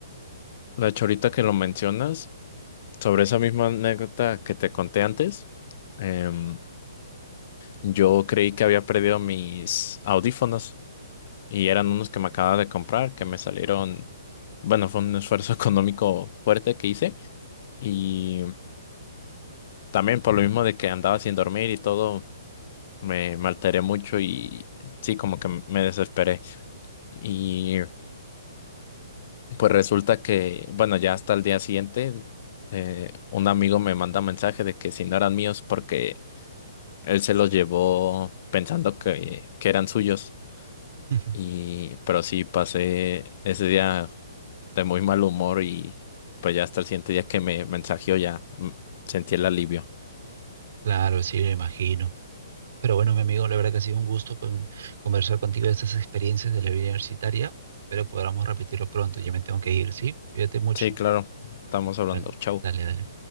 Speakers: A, on the left; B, on the right.
A: De hecho, ahorita que lo mencionas, sobre esa misma anécdota que te conté antes, em, yo creí que había perdido mis audífonos y eran unos que me acababa de comprar, que me salieron, bueno, fue un esfuerzo <laughs> económico fuerte que hice y también por lo mismo de que andaba sin dormir y todo, me, me alteré mucho y sí, como que me desesperé. Y Pues resulta que, bueno, ya hasta el día siguiente, eh, un amigo me manda mensaje de que si no eran míos porque él se los llevó pensando que, que eran suyos.
B: <laughs>
A: Y, pero sí, pasé ese día de muy mal humor y pues ya hasta el siguiente día que me mensajeó ya mm, sentí el alivio.
B: Claro, sí, lo imagino. Pero bueno, mi amigo, la verdad que ha sido un gusto con- conversar contigo de estas experiencias de la vida universitaria. Espero podamos repetirlo pronto. Ya me tengo que ir, ¿sí? Cuídate mucho.
A: Sí, claro, estamos hablando.
B: Vale,
A: Chau.
B: dale, dale.